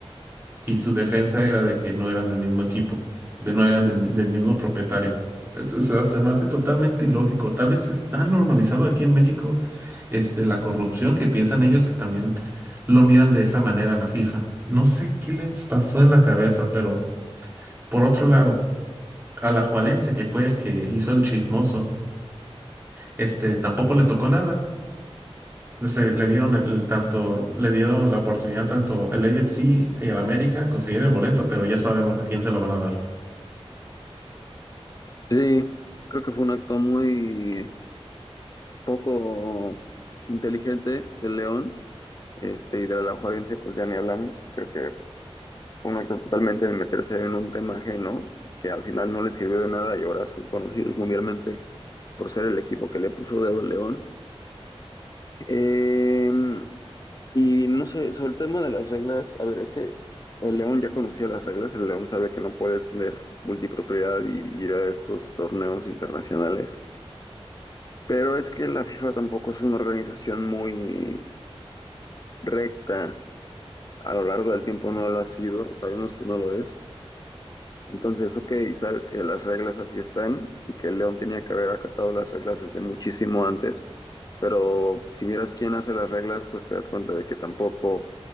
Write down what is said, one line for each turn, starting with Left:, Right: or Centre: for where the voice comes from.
Right: Y su defensa era de que no eran del mismo equipo, de no eran del, del mismo propietario. Entonces, o sea, se me hace totalmente ilógico. Tal vez es tan normalizado aquí en México, este, la corrupción que piensan ellos que también lo miran de esa manera a la FIFA. No sé qué les pasó en la cabeza, pero por otro lado, a la Alajuelense, que fue el que hizo el chismoso, este, tampoco le tocó nada. se- le dieron el, el tanto, le dieron la oportunidad tanto el AFC y al América conseguir el boleto, pero ya sabemos a quién se lo van a dar.
Left: Sí, creo que fue un acto muy poco inteligente del León, este, y de la Juarense, pues ya ni hablamos. Creo que fue un acto totalmente de meterse en un tema ajeno, que al final no les sirvió de nada y ahora son conocidos mundialmente por ser el equipo que le puso dedo al León. Eh, y no sé, sobre el tema de las reglas, a ver, es que el León ya conocía las reglas, el León sabe que no puedes tener multipropiedad y ir a estos torneos internacionales. Pero es que la FIFA tampoco es una organización muy recta. A lo largo del tiempo no lo ha sido. Sabemos que no lo es. Entonces, ok, sabes que las reglas así están y que León tenía que haber acatado las reglas desde muchísimo antes. Pero si miras quién hace las reglas, pues te das cuenta de que tampoco